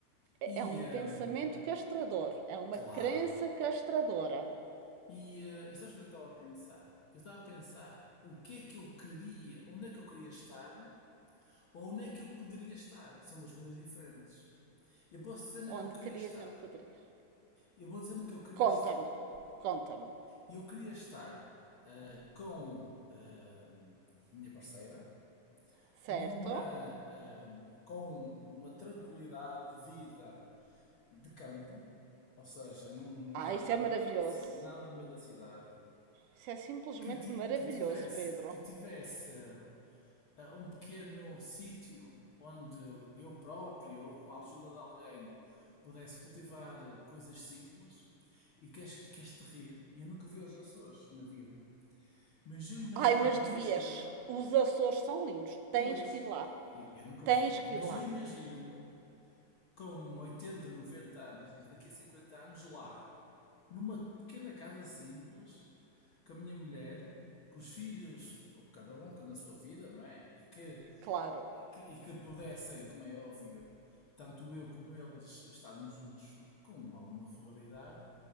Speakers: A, on the right; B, on the left.
A: é
B: E,
A: é um
B: hum,
A: pensamento castrador, é uma
B: claro.
A: crença castradora.
B: E, eh, e sabes o que é que eu estava a pensar? Eu estava a pensar o que é que eu queria, onde é que eu queria estar ou onde é que eu poderia estar. São duas coisas diferentes. Eu posso dizer onde é que
A: Onde
B: eu queria
A: querias
B: estar.
A: e onde poderias.
B: Eu vou dizer onde é que eu queria
A: Conta-me,
B: estar.
A: conta-me,
B: E eu queria estar ah, com ah, a minha parceira
A: certo?
B: numa, ah, com uma tranquilidade de vida de campo, ou seja, num, nada,
A: Ah, isso
B: de
A: é maravilhoso.
B: meio da, nada de meio da cidade,
A: Isso é simplesmente
B: que, ti-
A: maravilhoso,
B: que tivesse,
A: Pedro.
B: que tivesse ah, um pequeno sítio onde eu próprio ou com a ajuda de alguém pudesse cultivar coisas simples. E queres, queres te rir? Eu nunca fui aos Açores na vida. Mas eu imagino,
A: Ai, mas
B: imagino-me,
A: devias. Os Açores são lindos. Tens
B: pois,
A: que ir lá.
B: eu, eu nunca
A: Tens
B: fui,
A: que
B: mas
A: ir lá.
B: eu imagino-me com 80, 90 anos, isto daqui a 50 anos, lá, numa pequena casa simples, com a minha mulher, com os filhos, ou cada um que na sua vida, não é? E que,
A: Claro,
B: e que, e que pudessem, como é óbvio, tanto eu como eles estarmos juntos com alguma regularidade,